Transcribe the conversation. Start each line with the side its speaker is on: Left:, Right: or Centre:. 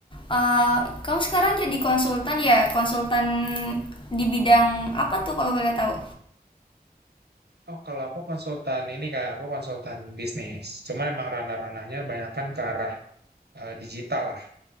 Left: Eh kamu sekarang jadi konsultan ya, konsultan di bidang apa tuh kalau boleh tahu?
Right: Oh, kalau aku konsultan ini Kak, aku konsultan bisnis. Cuman emang ranah-ranahnya banyakkan ke arah eh, digital lah.